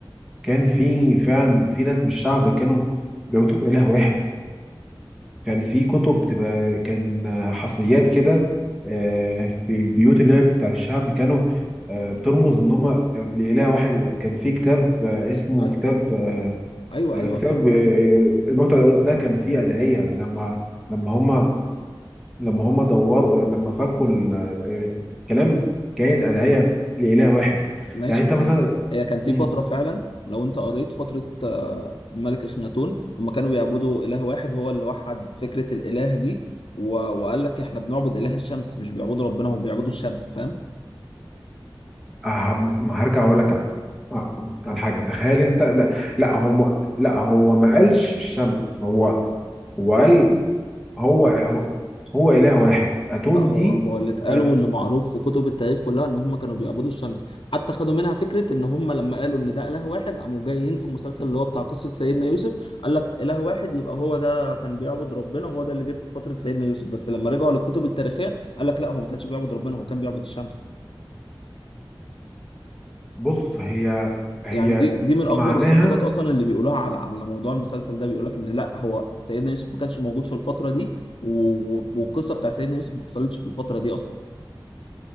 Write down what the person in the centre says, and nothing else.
كان في فعلا في ناس من الشعب كانوا بيعبدوا إله واحد كان في كتب بتبقى كان حفريات كده آه، في البيوت اللي هي بتاعت الشعب كانوا آه، بترمز ان هم لإله واحد كان في كتاب آه، اسمه
كتاب
آه،
كتاب
آه، الموتى ده كان فيه أدعية لما لما هم لما هم دوروا لما فكوا ال- آه، الكلام كانت أدعية لإله واحد
يعني انت
مثلا
مم.
ه- ما هرجع اقول لك آه، على حاجه تخيل انت لا لا هو ما لا هو ما قالش الشمس هو هو قال هو هو هو اله واحد اتون
دي
أت
بص هي هي
معناها